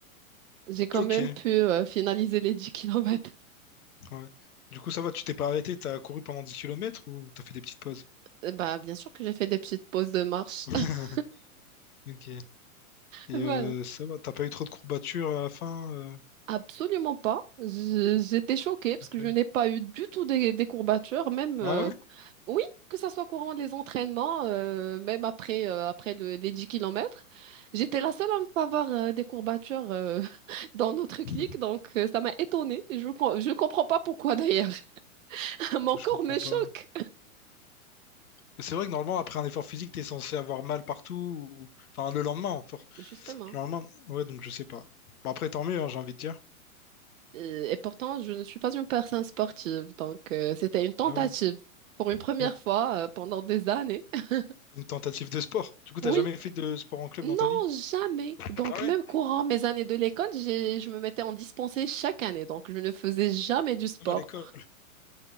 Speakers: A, on the right (about 65°); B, on the left (about 85°).
A: J'ai quand
B: Ok,
A: même pu euh, finaliser les 10 kilomètres.
B: ouais. Du coup, ça va, tu t'es pas arrêté, t'as couru pendant 10 kilomètres ou t'as fait des petites pauses?
A: Euh, Bah, bien sûr que j'ai fait des petites pauses de marche.
B: <laughs>
A: <laughs>
B: Ok. Et euh,
A: Voilà.
B: ça va, t'as pas eu trop de courbatures à la fin? euh,
A: Absolument pas. Je- J'étais choquée parce
B: Ok.
A: que je n'ai pas eu du tout des, des courbatures, même euh,
B: Ah ouais?
A: oui, que ça soit courant les entraînements, euh, même après euh, après le- les 10 kilomètres. J'étais la seule à ne pas avoir euh, des courbatures euh, <laughs> dans notre
B: <laughs>
A: clique, donc euh, ça m'a étonnée. Et je com- je ne comprends pas pourquoi d'ailleurs. <laughs> Mon
B: Hmm,
A: corps
B: Je comprends
A: me
B: pas.
A: choque.
B: Mais C'est vrai que normalement, après un effort physique, t'es censé avoir mal partout. ou- Enfin, le lendemain. pour-
A: Justement.
B: Le lendemain, ouais, donc je sais pas. Bon, après, tant mieux, hein, j'ai envie de dire.
A: Et, et pourtant, je ne suis pas une personne sportive, donc euh, c'était une tentative
B: Ah ouais,
A: pour une première
B: ok.
A: fois euh, pendant des années. <laughs>
B: Une tentative de sport. Du coup,
A: Oui.
B: t'as jamais fait de sport en club
A: Non,
B: dans ta vie?
A: jamais.
B: Ah
A: Donc,
B: ouais?
A: même courant mes années de l'école, j'ai, je me mettais en dispensée chaque année. Donc, je ne faisais jamais du sport,
B: Même à l'école.